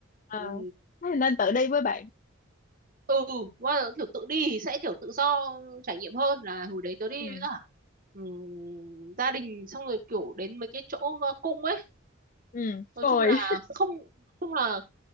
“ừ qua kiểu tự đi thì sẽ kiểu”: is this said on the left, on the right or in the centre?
Right